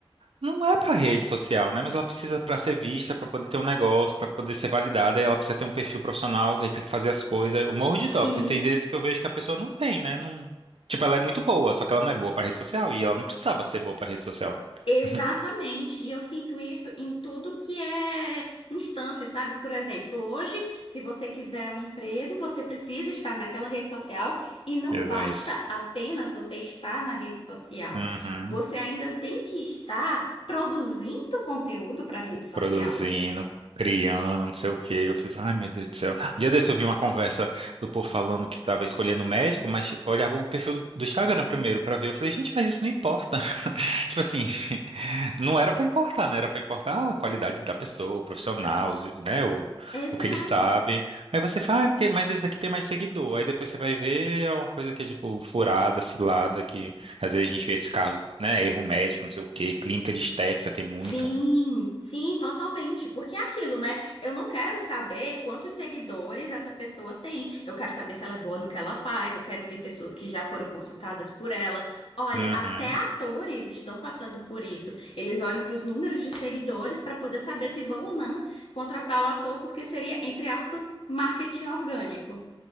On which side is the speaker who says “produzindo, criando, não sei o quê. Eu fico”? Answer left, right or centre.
Right